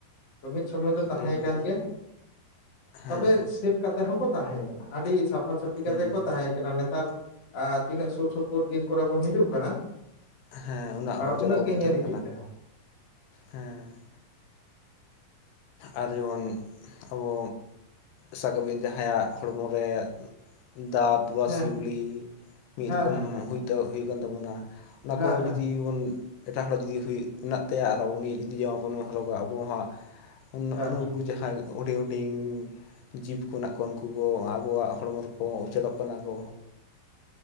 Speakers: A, on the left; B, on the left.
A: ᱢᱤᱫ ᱥᱚᱢᱚᱭ ᱫᱚ ᱛᱟᱦᱮᱸ
B: ᱫᱤᱭᱮᱯᱚᱨ
A: ᱠᱟᱱ ᱜᱮᱭᱟ
B: ᱦᱮᱸ
A: ᱛᱚᱵᱮ ᱥᱮ ᱠᱟᱛᱮ ᱦᱚᱸᱠᱚ ᱛᱟᱦᱮᱸ ᱠᱟᱱᱟ ᱟᱹᱰᱤ ᱥᱟᱯᱷᱟ ᱥᱟᱟᱹᱯᱷᱤ
B: ᱦᱩᱸ
A: ᱠᱟᱛᱮ ᱠᱚ ᱛᱟᱦᱮᱸ ᱠᱟᱱᱟ ᱱᱮᱛᱟᱨ ᱛᱤᱱᱟᱹᱜ ᱥᱩᱨ ᱥᱩᱯᱩᱨ ᱫᱤᱱ ᱠᱚᱨᱮ ᱵᱚᱱ ᱦᱤᱡᱩᱜ ᱠᱟᱱᱟ
B: ᱦᱮᱸ ᱚᱱᱟ ᱚᱡᱽᱨᱟ
A: ᱩᱱᱟᱹᱜ ᱜᱮ
B: ᱵᱚᱱ
A: ᱧᱮᱞ
B: ᱛᱟᱦᱮᱱ
A: ᱤᱫᱤᱜ ᱠᱟᱱᱟ
B: ᱦᱮᱸ ᱟᱨ ᱡᱮᱢᱚᱱ ᱟᱵᱚ ᱥᱟᱵ ᱠᱟᱼᱵᱤᱱ ᱡᱟᱦᱟᱸᱭᱟᱜ ᱦᱚᱲᱢᱚ ᱨᱮ ᱫᱟᱜ ᱳᱟᱥᱤᱣᱞᱤ
A: ᱦᱮᱸ
B: ᱢᱤᱫ
A: ᱦᱮᱸ
B: ᱨᱚᱠᱚᱢ
A: ᱦᱮᱸ ᱦᱮᱸ
B: ᱦᱩᱭᱩᱜ ᱠᱟᱱ ᱛᱟᱵᱚᱱᱟ ᱟᱠᱚ
A: ᱦᱮᱸ
B: ᱡᱩᱫᱤ ᱵᱚᱱ ᱮᱴᱟᱜ ᱦᱚᱲᱟᱜ ᱡᱩᱫᱤ ᱦᱩᱭᱩᱜ ᱢᱮᱱᱟᱜ ᱛᱟᱭᱟ ᱟᱨ ᱟᱵᱚ ᱩᱱᱤ ᱡᱩᱫᱤ ᱡᱟ ᱵᱚᱱ ᱦᱚᱨᱚᱜᱟ ᱟᱵᱚᱣᱟᱜ ᱱᱚᱜᱼᱚ
A: ᱦᱮᱸ
B: ᱱᱩᱠᱩ
A: ᱦᱮᱸ
B: ᱡᱟᱦᱟᱸᱭ ᱦᱩᱰᱤᱧ ᱦᱩᱰᱤᱧ ᱡᱤᱵᱽ ᱠᱚ ᱦᱱᱟᱜ ᱠᱚ ᱩᱱᱠᱩ ᱠᱚ ᱟᱵᱚᱣᱟᱜ ᱦᱚᱲᱢᱚ ᱨᱮᱠᱚ ᱩᱪᱟᱹᱲᱚᱜ ᱠᱟᱱᱟ ᱠᱚ